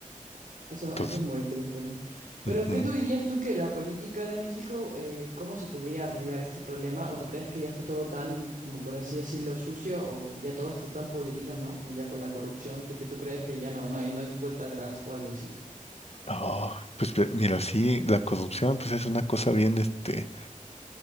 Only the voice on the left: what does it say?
Entonces,
ujú.
Oh, pues ve- mira, sí, la corrupción, pues es una cosa bien, este